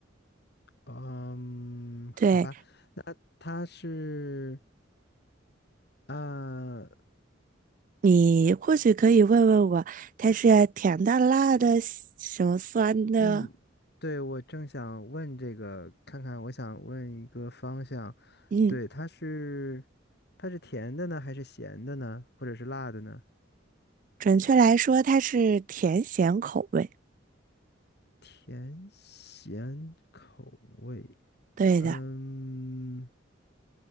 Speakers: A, on the left; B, on the right.
A: 嗯，好吧，
B: 对，
A: 那他是啊，
B: 你或许可以问问我，它是甜的、辣的、什么酸的？
A: 嗯，对，我正想问这个，看看，我想问一个方向，
B: 嗯。
A: 对，它是它是甜的呢，还是咸的呢，或者是辣的呢？
B: 准确来说，它是甜咸口味。
A: 甜咸口味，
B: 对的，
A: 嗯，